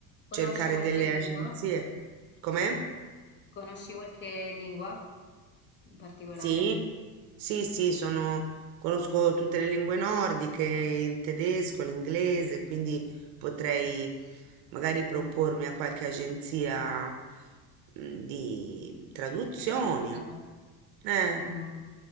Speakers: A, on the right (about 70°); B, on the left (about 25°).
A: cercare
B: Conosci qualche
A: delle
B: lingua?
A: agenzie. Com'è?
B: Conosci qualche lingua in particolare
A: Sì, sì, sì, sono, conosco tutte le lingue nordiche, il tedesco, l'inglese, quindi potrei magari propormi a qualche agenzia mm, di traduzioni.
B: di traduzione?
A: Eh,
B: Mh-mh.